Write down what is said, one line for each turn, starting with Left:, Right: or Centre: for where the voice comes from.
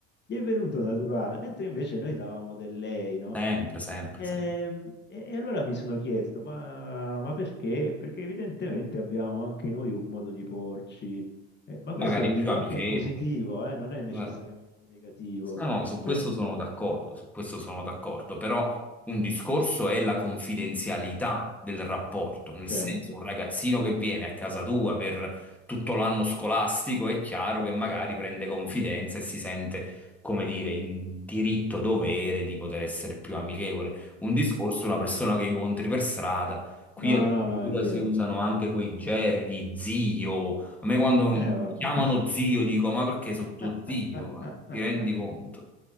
Left: Gli è venuto naturale, mentre invece noi davamo del lei, no?
Centre: sempre, sempre,
Left: Ehm,
Centre: sempre.
Left: E, e allora mi sono chiesto, ma, ma perché? Perché evidentemente abbiamo anche noi un modo di porci, eh, ma
Centre: Magari
Left: questo lo dico
Centre: più amichevole.
Left: anche in positivo, eh, non è necessariamente
Centre: Eh,
Left: negativo,
Centre: No, no, su
Left: però
Centre: questo sono d'accordo, su questo sono d'accordo, però un discorso è la confidenzialità del rapporto, nel
Left: certo.
Centre: senso un ragazzino che viene a casa tua per tutto l'anno scolastico è chiaro che magari prende confidenza e si sente, come dire, in diritto dovere di poter essere più amichevole. Un
Left: Mm.
Centre: discorso è una persona che incontri per strada, qui
Left: No,
Centre: addirittura
Left: no, no, è vero.
Centre: si usano anche quei gerghi, zio. A me quando mi
Left: Eh, vabbè.
Centre: chiamano zio dico, ma perché sono
Left: <laughs>
Centre: tuo zio? Ma ti rendi conto?